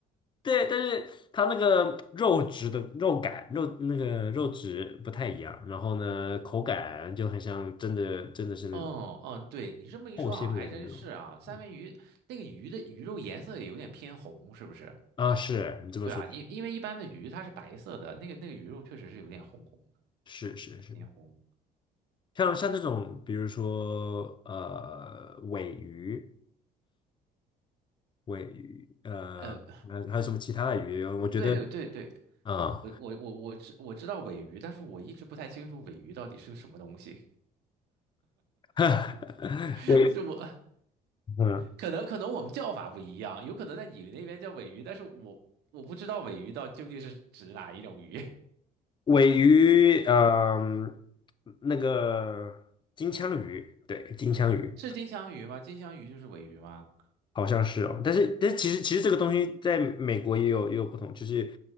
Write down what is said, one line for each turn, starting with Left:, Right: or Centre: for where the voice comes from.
Left: 对，但是它那个肉质的肉感，肉那个肉质不太一样，然后呢，口感就很像真的真的是那种
Right: 哦哦，对你这么一说，
Left: 厚纤维的那种。
Right: 好像还真是啊。三文鱼那个鱼的鱼肉颜色也有点偏红，
Left: 嗯
Right: 是不是？
Left: 啊，是你这么说
Right: 对啊，因因为一般的鱼它是白色的，那个那个鱼肉确实是有点红红的，
Left: 是，是是是，
Right: 偏红。
Left: 像像这种，比如说呃尾鱼、尾鱼，呃，
Right: 呃，
Left: 还还有什么其他的鱼？我觉得
Right: 对对对，
Left: 啊，
Right: 我我我我知我知道尾鱼，但是我一直不太清楚尾鱼到底是个什么东西。
Left: <laughs>
Right: <laughs>
Left: 尾
Right: 就我
Left: 嗯
Right: 可能可能我们叫法不一样，有可能在你们那边叫尾鱼，但是我我不知道尾鱼到究竟是指哪一种鱼，
Left: 尾鱼，嗯、那个金枪鱼，对，金枪鱼。
Right: <laughs> 是金枪鱼吗？金枪鱼就是尾鱼吗？
Left: 好像是哦，但是但是其实其实这个东西在美国也有也有不同，就是